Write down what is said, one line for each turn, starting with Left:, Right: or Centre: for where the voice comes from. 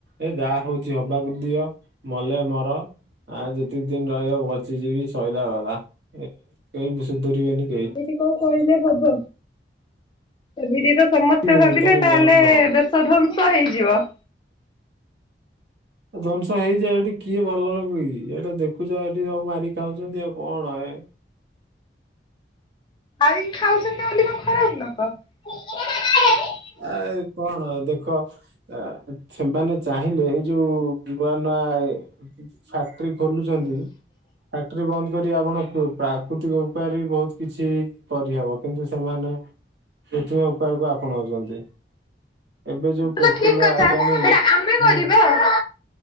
Right: ଏ ଯାହା ହଉଛି ହବାକୁ ଦିଅ ମଲେ ମର ଆ ଯେତିକି ଦିନ ରହିବ ବଞ୍ଚିଯିବି ସଇଲା ଗଲା, କେହି ସୁଧରିବେନି କେହି।
Left: ଏମିତି କଣ କହିଲେ ହବ, ଏମିତି ତ ସମସ୍ତେ
Right: ରିବେନି,
Left: ଭାବିଲେ
Right: ତମେ
Left: ତାହେଲେ
Right: ଜାଣିନ।
Left: ଦେଶ ଧ୍ୱଂସ ହେଇଯିବ।
Right: ଧ୍ୱଂସ ହେଇଯାଉ ଏଠି କିଏ ଭଲ ଲୋକ କି, ଏଇଟା ଦେଖୁଛ ଏଠି ସବୁ ମାରି ଖାଉଛନ୍ତି ଆଉ କଣ ଏ।
Left: ମାରିକି ଖାଉଛନ୍ତି ବୋଲି କଣ ଖରାପ ଲୋକ?
Right: ଆ କଣ ଦେଖ, ଆ ସେମାନେ ଚାହିଁଲେ ଏଇ ଯୋଉ ନୂଆ ନୂଆ ଫ୍ୟାକ୍ଟ୍ରି ଖୋଲୁଛନ୍ତି ଫ୍ୟାକ୍ଟ୍ରି ବନ୍ଦ କରି ଆପଣ ପ୍ରାକୃତିକ ଉପାୟରେ ବି ବହୁତ କିଛି କରିହେବ କିନ୍ତୁ ସେମାନେ କୃତ୍ରିମ ଉପାୟକୁ ଆପଣାଉଛନ୍ତି। ଏବେ ଯୋଉ ପେଟ୍ରୋଲ
Left: ତ ଠିକ
Right: ଆଇଲାଣି
Left: କଥା ସେଇଟା ଆମେ କରିବା
Right: ହୁଁ
Left: ଆଉ।